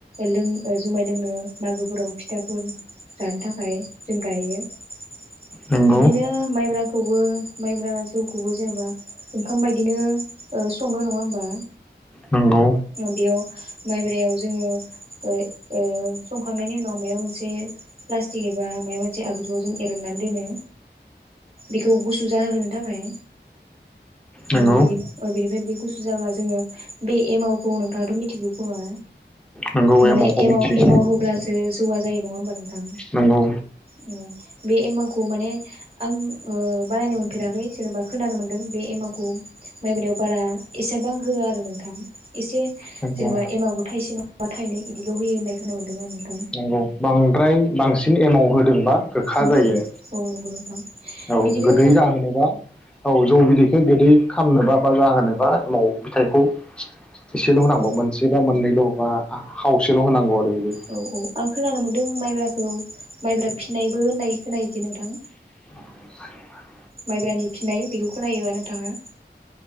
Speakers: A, on the right (about 35°); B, in the centre.
A: लों जुमाय जोंङो मागोफोराव फिथाफोर जानो थाखाय जों गायो
B: नंगौ
A: बिदिनो माइब्राखौ सौवो। माइब्रा जौखौबो जेनेबा ओंखाम बायदिनो सङो नङा होमबा?
B: नंगौ
A: बेयाव माइब्रायाव जोङो ओ ओ संखांनायनि उनाव माबा मोनसे प्लास्टिक एबा माबा मोनसे आगजुआव जों एरननानै दोनो बेखौ गुसु जाहोनो थाखाय
B: नंगौ
A: ओं बेनि बिनिफ्राय बे गुसु जाबा जोङो बे एमावखौ नोंथाङाथ' मिथिगौ खोमा
B: नंगौ
A: माने
B: एमावखौ
A: एमाव
B: मिथियो
A: एमाव होब्लासो जौवा जायो नङा होनबा? नोंथां
B: नंगौ
A: उम। बे एमावखौ माने आं ओ बानायनो मोनफेराखै जेनेबा खोनानो मोनदों बे एमाव गम माइब्रायाव बारा एसेबां होआ आरो नोंथां एसे जेनेबा
B: नंगौ
A: एमावखो थाइसे नङाबा थाइनै बिदिल' होयो होननाय होनोमोन। <unintelligible>
B: नंगौ बांद्राय बांसिन एमाव होदोंबा गोखा
A: औ
B: जायो
A: औ नंगौ नोंथां
B: औ
A: बिदिनो
B: गोदै जाहोनोबा औ जौ बिदैखौ गोदै खामनोबा बा जाहोनोबा एमाव फिथाइखौ एसेल' होनांगौ
A: औ
B: मोनसे बा मोननैल' बा खावसेल' होनांगौ आरो बिदि
A: औ औ आं खोनानो मोन्दों माइब्राखौ माइब्रा फिनायबो होननाय खोनायो। बिदि नोंथां
B: <inaudible>
A: माइब्रानि फिनाय बेखौ खोनायोबा नोंथाङा